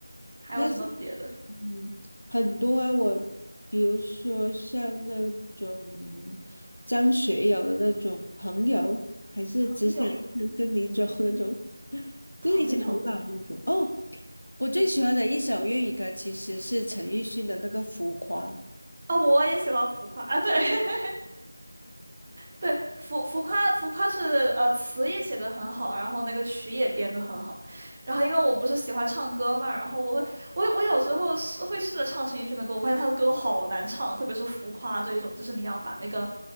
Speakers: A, on the right (about 30°); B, on the left (about 85°).
A: 还有什么别的？
B: 但是，嗯，很多啊，我比如说像那种张学友的那种朋友，还是只想一生跟你走那种，
A: 朋友，
B: <laughs>
A: 朋友
B: 就是以前很老的歌。哦，我最喜欢的一首粤语歌其实是陈奕迅的那个《浮夸》。
A: 啊，我也喜欢浮夸啊，对，<laughs> 对，浮浮夸浮夸是呃词也写的很好，然后那个曲也编的很好，然后因为我不是喜欢唱歌嘛，然后我会我我有时候是会试着唱陈奕迅的歌，我发现他的歌都好难唱，特别是浮夸这一种，就是你要把那个